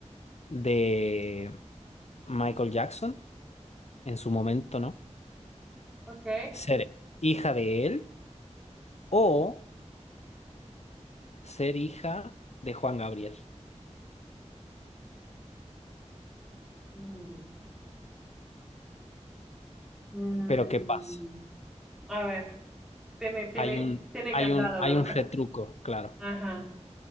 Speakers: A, on the left; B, in the centre.
A: De Michael Jackson, en su momento, ¿no?
B: ok.
A: Ser hija de él o ser hija de Juan Gabriel.
B: Mm, mm,
A: Pero ¿qué pasa?
B: a ver, tiene, tiene,
A: Hay un,
B: tiene
A: hay
B: candado,
A: un, hay
B: ¿verdad?
A: un retruco, claro.
B: Ajá.